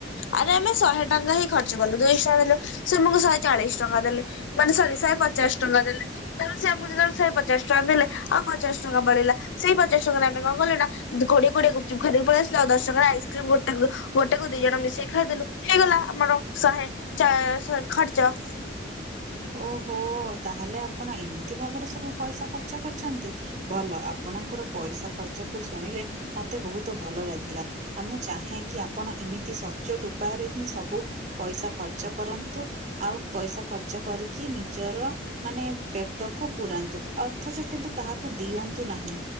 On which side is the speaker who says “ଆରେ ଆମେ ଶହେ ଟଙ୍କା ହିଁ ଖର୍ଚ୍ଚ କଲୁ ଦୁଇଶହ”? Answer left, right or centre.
Left